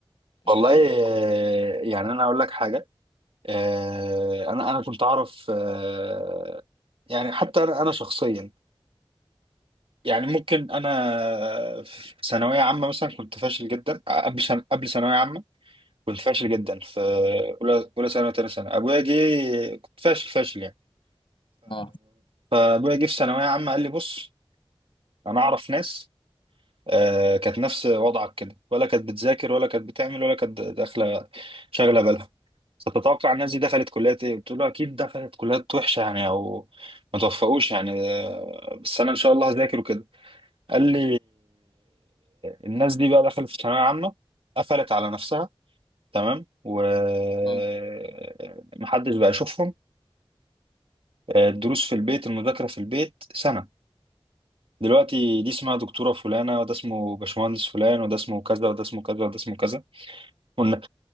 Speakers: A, on the left (about 65°); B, on the right (about 70°).
A: عيش
B: والله
A: حياتك
B: آه، يعني انا اقول لك حاجه آه، انا انا كنت اعرف آه، يعني حتى انا انا شخصيا يعني ممكن انا في ثانويه عامه مثلا كنت فاشل جدا قبل سن- قبل ثانويه عامه كنت فاشل جدا في اولى اولى ثانوي وثانيه ثانوي ابويا جه كنت فاشل فاشل يعني
A: اه
B: ابويا جه في ثانويه عامه قال لي بص انا اعرف ناس آه، كانت نفس وضعك كده ولا كانت بتذاكر ولا كانت بتعمل ولا كانت داخله شاغله بالها فتتوقع الناس دي دخلت كليات ايه؟ بتقول له اكيد دخلت كليات وحشه يعني او ما توفقوش يعني آه، بس انا ان شاء الله هذاكر وكده قال لي الناس دي بقى دخلت في ثانويه عامه قفلت على نفسها تمام ومحدش
A: اه
B: بقى يشوفهم آه، الدروس في البيت المذاكره في البيت سنه دلوقتي دي اسمها دكتورة فلانة وده اسمه باشمهندس فلان وده اسمه كذا وده اسمه كذا وده اسمه كذا والن-